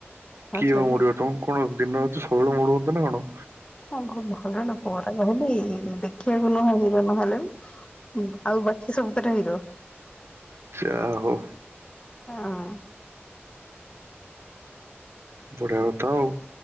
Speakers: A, on the left (about 25°); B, on the right (about 75°).
A: ତାପରେ
B: କିଏ
A: ଶୋଇବା
B: ବା ମୋଡିବ
A: ଆଉ।
B: ତମକୁ କଣ ଦିନ ରାତି ସବୁବେଳେ ମୋଡୁଚନ୍ତି ନା କଣ।
A: ଆଉ ଭଲ ନା ପୁଅଟା କହିଲି ଦେଖିବାକୁ ନୁହଁ ହିରୋ ନହେଲେ ବି ହୁଁ ଆଉ ବାକି ସବୁ ଟା ତା ହିରୋ।
B: ଆଚ୍ଛା ହୋଉ।
A: ହଁ।
B: ବଢିଆ କଥା ଆଉ